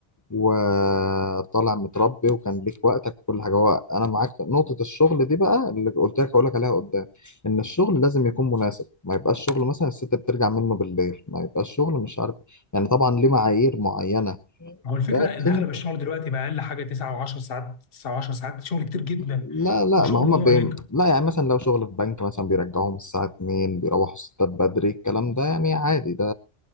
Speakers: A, on the left; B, on the left.
A: وطالع متربي وكان ليك وقتك وكل حاجه هو انا معاك في نقطه الشغل دي بقى اللي قلت لك هقول لك عليها قدام ان الشغل لازم يكون مناسب ما يبقاش شغل مثلا الست بترجع منه بالليل ما يبقاش شغل مش عارف يعني طبعا ليه معايير معينه
B: هو الفكره
A: لكن
B: ان اغلب الشغل دلوقتي بقى اقل حاجه 9 و10 ساعات 9 و10 ساعات شغل كتير جدا
A: لا لا
B: وشغل
A: ما هما بي...
B: مهلك
A: لا يعني مثلا لو شغل في بنك مثلا بيرجعوهم الساعة 2 بيروحوا الستات بدري الكلام ده يعني عادي ده